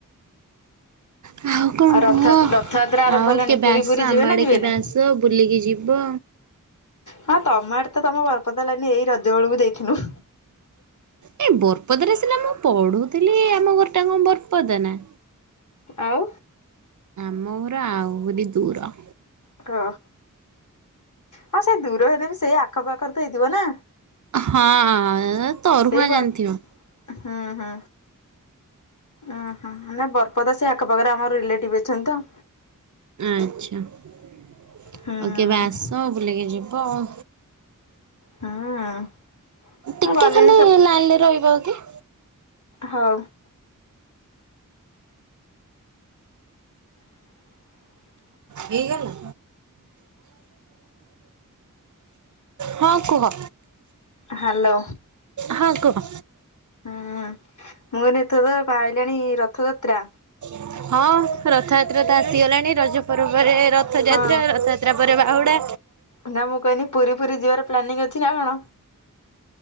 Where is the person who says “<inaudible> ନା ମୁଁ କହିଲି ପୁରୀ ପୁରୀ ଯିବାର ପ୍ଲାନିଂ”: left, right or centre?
Left